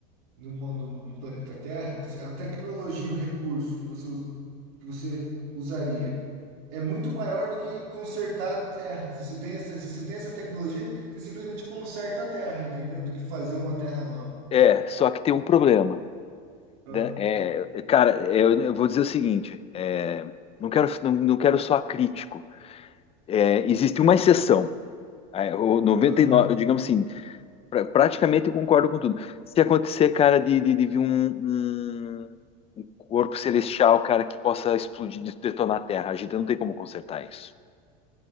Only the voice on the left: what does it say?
é, só que tem um problema.
né? É, é, cara, é, eu eu vou dizer o seguinte, é, não quero, não, não quero soar crítico. É, existe uma exceção. Aí, o noventa
e nove digamos assim, pra- praticamente eu concordo com tudo. Se acontecer, cara, de, de, de vir um, um, um corpo celestial, cara, que possa explodir, de- detonar a Terra, a gente não tem como consertar isso.